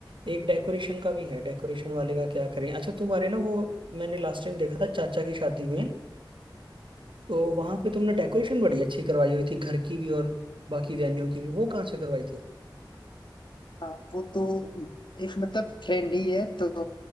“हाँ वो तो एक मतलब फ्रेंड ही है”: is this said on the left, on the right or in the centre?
Left